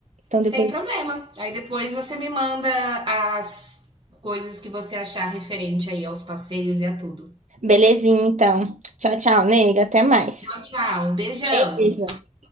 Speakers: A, on the right; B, on the right.
A: Então
B: Sem
A: depois.
B: problema. Aí depois você me manda as coisas que você achar referente aí aos passeios e a tudo.
A: Belezinha, então. Tchau, tchau, nega. Até mais.
B: Tchau, tchau. Beijão.
A: É isso.